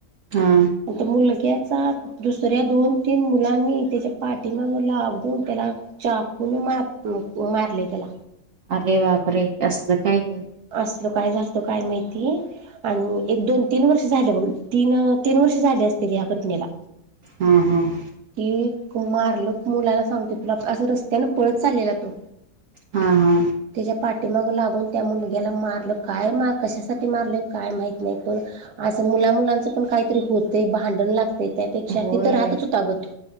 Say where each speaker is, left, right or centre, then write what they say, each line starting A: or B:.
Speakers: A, on the right; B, on the right.
A: हा.
B: मुलग्याचा दुसऱ्या दोन तीन मुलांनी त्याच्या पाठीमाग लाघून त्याला चाकून मार मारले त्याला
A: अरे वापरे असलं काय आहे.
B: असल काय झालत काय माहिती आणि एक दोन तीन वर्ष झाले बघ तीन तीन वर्ष झाले असतील या घटनेला.
A: हम्म हम्म.
B: ती मारल मुलाला सांगते तुला असं रस्त्याने पळत चाललेला तो.
A: हा हा.
B: त्याच्या पाठीमाग लागून त्या मुलग्याला मारलं काय कशासाठी मारलं काय माहित. नाही पण असं मुला मुलांच पण काहीतरी होत भांडण लागत. त्यापेक्षा
A: होय
B: तिथं राहतच होत आग तो.